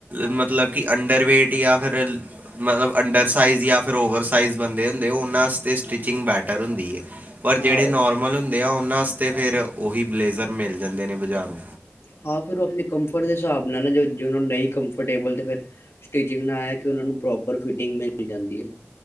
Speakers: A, on the right (about 45°); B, on the left (about 75°).
A: ਮਤਲਬ ਕਿ ਅੰਡਰ ਵੇਟ ਯਾਂ ਫਿਰ। ਮਤਲਬ ਅੰਡਰ ਸਾਈਜ਼ ਯਾ ਫਿਰ ਓਵਰ ਸਾਈਜ਼ ਬੰਦੇ ਹੁੰਦੇ ਓਨਾ ਵਾਸਤੇ ਸਟਿਚਿੰਗ ਬੈਟਰ ਹੁੰਦੀ ਏ। ਪਰ
B: ਹਾਂ
A: ਜਿਹੜੇ ਨੋਰਮਲ ਹੁੰਦੇ ਆ ਉਹਨਾਂ ਵਾਸਤੇ ਫਿਰ ਉਹੀ ਬਲੇਜ਼ਰ ਮਿਲ ਜਾਂਦੇ ਨੇ ਬਜ਼ਾਰੋਂ।
B: ਹਾਂ, ਫਿਰ ਉਹ ਆਪਣੇ ਕੰਫਰਟ ਦੇ ਹਿਸਾਬ ਨਾਲ ਨਾ ਜਿ ਨਹੀਂ ਕੰਫਰਟੇਬਲ ਤੇ ਫਿਰ। ਸਟਿਚਿੰਗ ਨਾਲ ਇਹ ਹੈ ਕਿ ਉਹਨਾਂ ਨੂੰ ਪ੍ਰੋਪਰ ਫਿਟਿੰਗ ਮਿਲ ਜਾਂਦੀ ਏ।